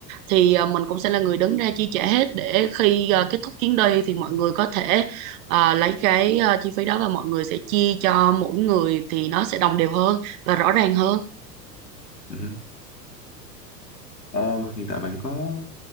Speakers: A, on the right (about 55°); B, on the left (about 80°).
A: thì ờ, mình cũng sẽ là người đứng ra chi trả hết để khi ờ, kết thúc chuyến đi
B: Ok.
A: thì mọi người có thể ờ, lấy cái ờ, chi phí đó và mọi người sẽ chia cho mỗi người thì nó sẽ đồng đều hơn và rõ ràng hơn
B: Ừ. Ờ, hiện tại bạn có